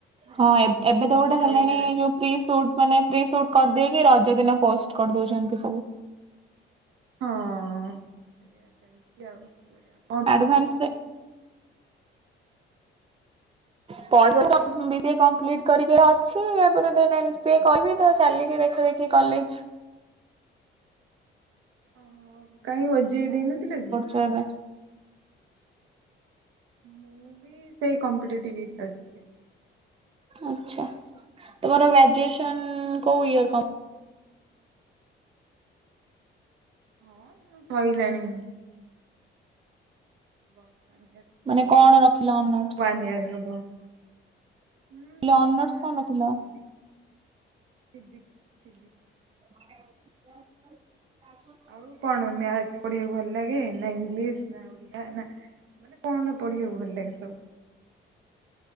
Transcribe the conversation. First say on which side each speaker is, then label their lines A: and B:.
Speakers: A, on the right (about 80°); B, on the right (about 30°).
A: ନାଇଁ
B: ହଁ
A: ଗୋଟେ
B: ଏ
A: ଖୁସି
B: ଏବେ ତ ଗୋଟେ ହେଲାଣି
A: ଅଲଗା
B: ଯୋଉ ପ୍ରି ସୁଟ ମାନେ ପ୍ରି ସୁଟ କରିଦେଇକି ରଜ ଦିନ ପୋଷ୍ଟ କରିଦଉଛନ୍ତି ସବୁ
A: ହଁ ସେଆ ଚାଲିଛି ଆଉ ବଆ
B: ଆଡଭାନ୍ସରେ
A: <inaudible>
B: କପ୍ ହିଁ ବି ସି ଏ କମ୍ପ୍ଲିଟ କରିକି ଅଛି ତାପରେ ତାର ଏମ୍ ସି ଏ କହିବି ତ ଚାଲିଛି ଦେଖ ଦେଖ କି କଲେଜ
A: ଓ ହୋ କାହିଁ ଓଜେଇ ଦେଇନଥିଲା କି
B: ସେବେ
A: ମୁଁ ବି ସେଇ କମ୍ପଟିଲିଛି <unintelligible>
B: ଆଛା ତମର ଗ୍ରେଜୁଏସନ କୋଉ ଇଅର ପା
A: ହଁ ଶଇଲାଣି ବନ୍ୟ <unintelligible>
B: ମାନେ କଣ ରଖିଲ ଅ
A: ୱାନ ଇୟର ହବ ହୁଁ ଥିଲା
B: ଅନର୍ସ କଣ ରଖିଲ?
A: ଫିଜିକ୍ସ। ଫିଜିକ୍ ଫିଜିକ୍
B: <unintelligible>
A: ଆଉ କଣ ମ୍ୟାଥ୍ ପଢିଆକୁ ଭଲ ଲାଗେ ନା ଇଂଲିଶ ନା ଓଡିଆ ନା ମାନେ କଣ ପଢିଆକୁ ଭଲ ଲାଗେ ସବୁ?